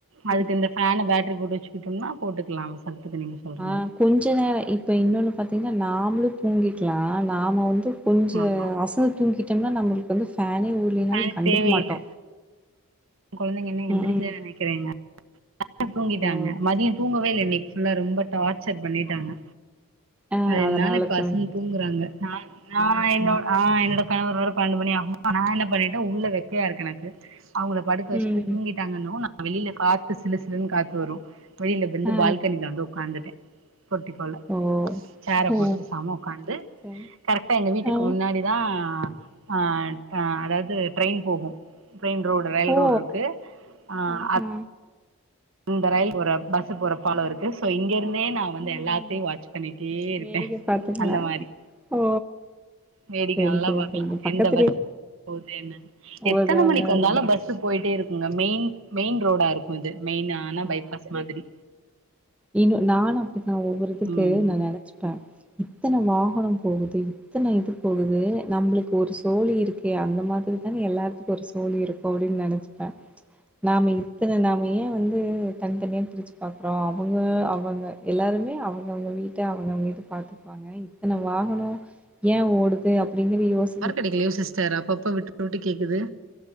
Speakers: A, on the right; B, in the centre.
A: அதுக்கு
B: ம்
A: இந்த ஃபேனு பேட்ரி போட்டு வச்சுக்கிட்டம்னா போட்டுக்லா அவசரத்துக்கு நீங்க சொல்ற
B: ஆ
A: மாரி
B: கொஞ்ச நேரோ இப்போ இன்னொன்னு பாத்திங்கன்னா நாமளும் தூங்கிக்கலா நாம வந்து கொஞ்ச
A: ஆமா
B: அசந்து தூங்கிட்டம்னா நம்மளுக்கு வந்து ஃபேனே ஓ ட்லேனாலு
A: ஃபேன்
B: கண்டுக்க
A: தேவையில்ல
B: மாட்டோ
A: கொழந்தைங்க இன்னு எந்திருக்கலேனு
B: ம் ம்
A: நெனக்கிறேங்க அ அ தூங்கிட்டாங்க
B: ஓ
A: மதியோ தூங்கவே இல்ல இன்னைக்கு ஃபுல்லா ரொம்ப டார்ச்சர் பண்ணிட்டாங்க
B: ஆ
A: அதுனால
B: அதனால
A: இப்ப
B: தூங்கிட்டே
A: அசந்து தூங்குறாங்க நானு நா என்னோட ஆ என்னோட கணவர் வர பன்னெண்டு மணி ஆகுமா நா என்ன பண்ணிட்டே உள்ள வெக்கையா இருக்கு எனக்கு அவுங்கள படுக்க வச்சுட்டு
B: ம்
A: தூங்கிட்டாங்கன்னுவு நா வெளியில காத்து சிலு சிலுன்னு காத்து வரு வெயில்ல வெந்து
B: ஆ
A: பால்கனில வந்து உக்காந்துட்டே கொட்டிக் கொள்ள
B: ஓ
A: சேர
B: ஓ
A: போட்டு பேசாம உக்காந்து
B: சரி
A: கரெக்டா எங்க வீட்டுக்கு
B: ஆ
A: முன்னாடி தா ஆ ஆ அதாது ட்ரெயின் போகு ட்ரெயின் ரோடு ரயில்
B: ஓ
A: ரோடு இருக்கு ஆ
B: ஆஹா
A: அத் அந்த ரயில் போற பஸ் போற பாலோ இருக்கு சோ இங்க இருந்தே நா வந்து
B: ம்
A: எல்லாத்தையு வாட்ச் பண்ணிட்டே இருப்பே
B: வேடிக்க பாத்தீங்களா
A: அந்த மாரி
B: ஓ
A: வேடிக்க
B: சரி
A: நல்லா
B: சரி
A: பாக்கலா
B: சரிங்க பக்கத்துலயே
A: எந்த பஸ் போது என்னன்னு
B: ஒவ்வொரு
A: எத்தன
B: ஒன்னு
A: மணிக்கு வந்தாலு
B: இருக்கு
A: பஸ் பஸ்சு போயிட்டே இருக்குங்க மெயின் மெயின் ரோடா இருக்கு இது மெயின் ஆனா
B: ஆ
A: பைபாஸ் மாதிரி
B: இன்னு நானு அப்டி ஒவ்வொரு இதுக்கு
A: ம்
B: நா நெனைச்சிப்ப இத்தனை வாகனோ போகுது இத்தன இது போகுதே நம்மளுக்கு ஒரு சோலி இருக் கே அந்த மாரி தானே எல்லாத்துக்கு ஒரு சோலி இருக்கு அப்புடின்னு நெனைச்சிப்ப நாம இத்தன நாம ஏயே வந் து தனித்தனிய பிரிச்சி பாக்குறோ அவுங்க அவுங்க எல்லாருமே அவங்கவுங்க வீட்ட அவுங்கவுக்கு பாத்துப்பாங்க பாங்க இத்தன வாகனோ ஏ ஓடுது அப்டிங்கற யோசி
A: டவர் கேடைக்கலையோ சிஸ்டர் அப்பப்போ விட்டு விட்டு கேடக்குது